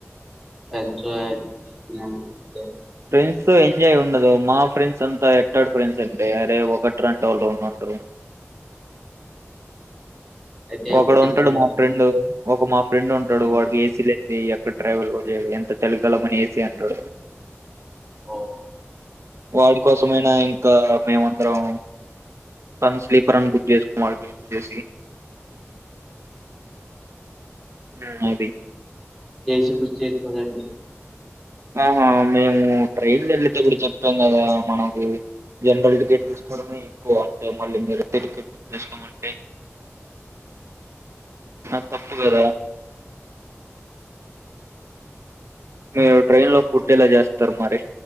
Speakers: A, in the centre; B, on the right (about 65°).
A: పంచాయతిని ఊకే
B: ఫ్రెండ్స్తో ఎంజాయ్ ఉండదు మా ఫ్రెండ్స్ అంతా ఎట్టడు ఫ్రెండ్స్ అంటే అరే ఒకట్ ట్రన్ టోల్లు ఉంద్ అంటరు
A: అయితే
B: ఒకడు
A: ఒప్పించండి
B: ఉంటడు మా ఫ్రెండు ఒక మా ఫ్రెండ్ ఉంటడు
A: ఉమ్,
B: వాడికి ఏసీ లేన్ దీ ఎక్కడ్ ట్రావెల్ గుడ్ లేడు ఎంత చలి కలమని ఏసీ అంటాడు
A: ఓ,
B: వాడి కోసమైనా ఇంకా మేము అందరం కానీ స్లీపర్ అన్ బుక్ జేస్ <unintelligible> జేసి ఊ అదీ
A: ఏసి బుక్ చేత్తదండి
B: ఆహా మేము ట్రైన్లో ఎళ్ళేటప్పుడు చొప్పాం గదా మనకూ జన్రల్ టికెట్ తీసుకోడమే ఎక్కువ అంటే మళ్ళీ మీరతే టికెట్ బుక్ చేసుకోమంటే నాద్ తప్పు గదా మీరు ట్రైన్ లో ఫుడ్ ఎలా జేస్తరు మరి